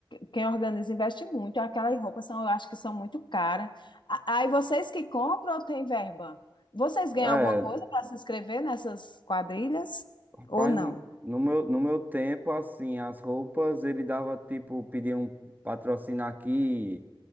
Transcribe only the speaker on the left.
Quem organiza investe muito. Aquelas roupas são, eu acho que são muito caras. A- Aí vocês que compram ou tem verba? Vocês ganham
alguma coisa para se inscrever nessas quadrilhas
ou não?